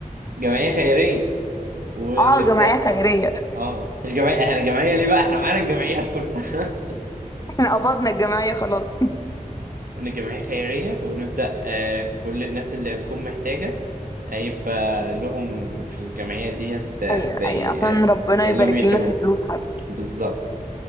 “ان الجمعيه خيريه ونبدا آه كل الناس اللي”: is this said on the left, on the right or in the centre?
Right